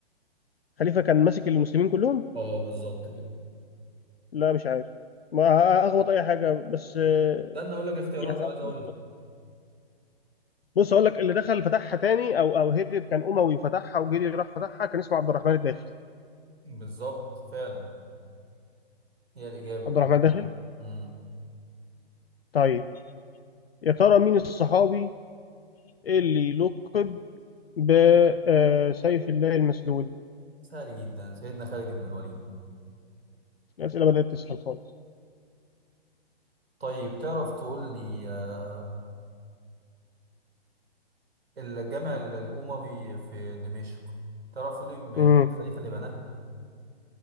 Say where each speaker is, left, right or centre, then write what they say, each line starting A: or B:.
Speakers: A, on the left (about 70°); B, on the right (about 70°).
A: خليفة كان ماسك المسلمين كلهم؟
B: اه بالظبط كده
A: لا مش عارف ما أخبط أي حاجة بس آه،
B: استنى اقول لك اختيارات
A: يعني
B: لو عايز
A: أظن
B: اقول لك
A: بص اقول لك اللي دخل فتحها تاني او او هرب كان اموي وفتحها وجري راح فتحها كان اسمه عبد الرحمن الداخل
B: بالظبط فعلا هي الاجابة
A: عبد الرحمن الداخل
B: مم.
A: طيب يا ترى مين الصحابي اللي لقب بسيف الله المسلول
B: سهل جدا سيدنا خالد بن الوليد
A: الاسئله بدات تسهل خالص
B: طيب تعرف تقول لي آه، الجامع الأموي في دمشق تعرف تقول لي م- مين
A: امم
B: الخليفة اللي بناه؟